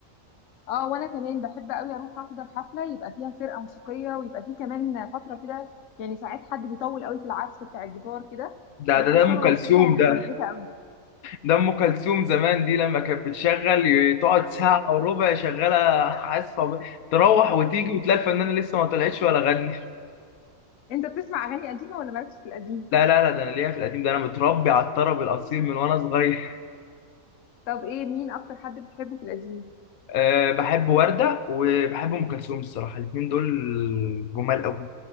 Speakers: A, on the left; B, on the left.
A: اه وانا كمان بحب قوي اروح احضر حفله يبقى فيها فرقه موسيقيه ويبقى فيه كمان فتره كده يعني ساعات حد بيطول قوي في العزف بتاع الجيتار كده
B: ده
A: فبحس
B: ده ده ام
A: ان انا
B: كلثوم
A: مبسوطه ومتمزجه
B: ده
A: قوي
B: ده ام كلثوم زمان دي لما كانت بتشغل ي- تقعد ساعه وربع شغاله عازفه تروح وتيجي وتلاقي الفنانه لسه ما طلعتش ولا غنت
A: انت بتسمع اغاني قديمه ولا مالكش في القديم
B: لا لا لا ده انا ليا في القديم ده انا متربي على الطرب الاصيل من وانا صغير
A: طب ايه مين اكتر حد بتحبه في القديم
B: أه بحب ورده وبحب ام كلثوم الصراحه الاثنين دول جمال قوي